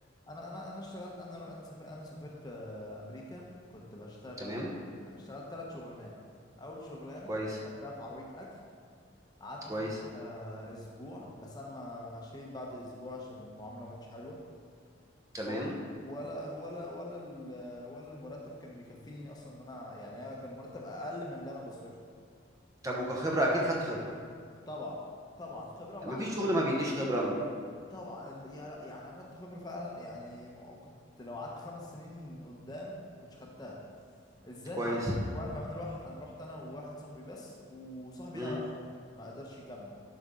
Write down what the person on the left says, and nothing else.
انا انا انا اشتغلت انا رو... انا سافرت, أنا سافرت آه، امريكا كنت بشتغل
اشتغلت ثلاث شغلانات اول شغلانه
اشتغلتها في عربيه اكل قعدت
فيها اسبوع بس انا ما مشيت بعد اسبوع عشان المعامله ما كانتش حلوه خالص
ولا ولا ولا ال- ولا المرتب كان بيكفيني اصلا ان انا يعني أنا كان مرتب اقل من اللي انا بصرفه
طبعا طبعا خبره
مع
طبعا ال- يا- يعني انا خدت خبره فعلا يعني م- كنت لو قعدت خمس سنين قدام ما كنتش خدتها الذات
عنده وانا كمان رحت انا رحت انا وواحد صاحبي بس وصاحبي
ده ماشي ما قدرش يكمل